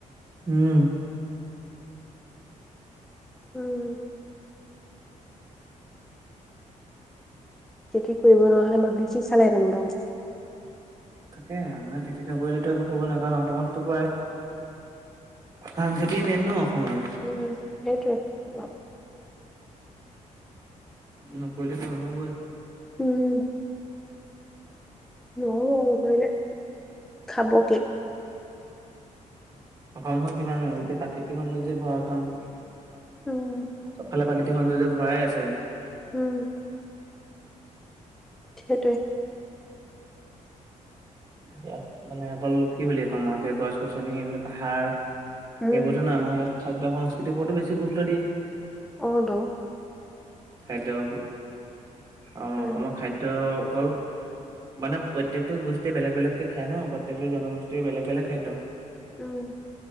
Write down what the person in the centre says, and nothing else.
উম, হম। খেতি কৰিব নোৱাৰা হ'লে, মানুহে কি চালে হেঁতেন বাও।
উম, সেইটোৱে।
উম। উম, নহব নকৰিলে, খাব কি?
উম
উম, সেইটোৱে।
উম
অ, টো।
উম
উম